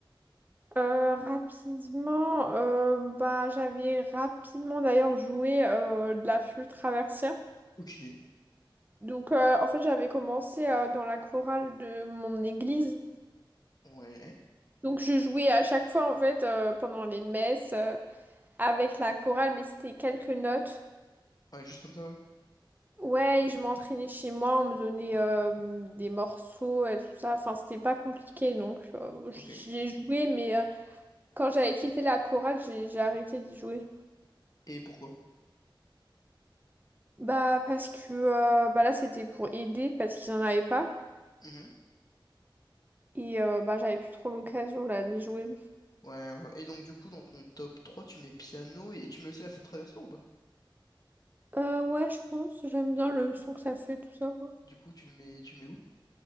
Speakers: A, on the right (about 20°); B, on the left (about 45°).
A: Euh, rapidement, euh, bah, j'avais rapidement d'ailleurs joué euh, de la flûte traversière.
B: Ok,
A: Donc, euh, en fait, j'avais commencé euh, dans la chorale de mon église.
B: ouais.
A: Donc, je jouais à chaque fois, en fait, euh, pendant les messes euh, avec la chorale, mais c'était quelques notes.
B: Ouais, juste comme ça, ouais.
A: Ouais, et je m'entraînais chez moi, on me donnait euh, des morceaux et tout ça. Enfin, c'était pas compliqué, donc euh, j'y
B: Ok.
A: ai joué, mais... euh, Quand j'avais quitté la chorale, j'ai j'ai arrêté d'y jouer.
B: Et pourquoi?
A: Bah parce que euh, bah là c'était pour aider parce qu'ils en avaient pas
B: Mhm.
A: et euh, bah j'avais plus trop l'occasion là d'y jouer.
B: Ouais, ouais. Et donc, du coup, dans ton top 3 tu mets piano et tu mets aussi la flûte traversière ou pas?
A: Euh, ouais je pense, j'aime bien le son que ça fait tout ça quoi.
B: Du coup, tu le mets, tu le mets où?